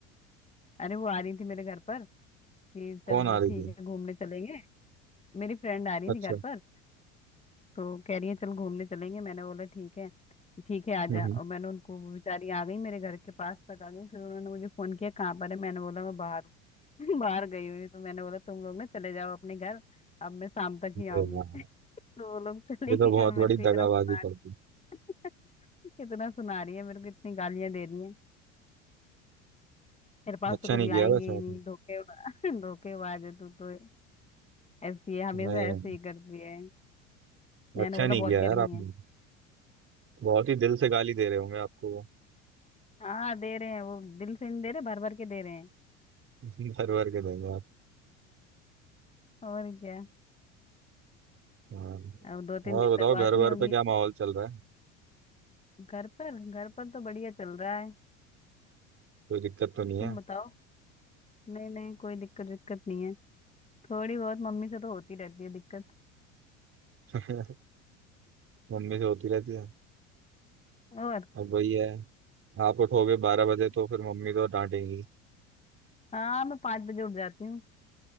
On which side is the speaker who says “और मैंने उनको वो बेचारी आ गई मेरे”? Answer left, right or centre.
Left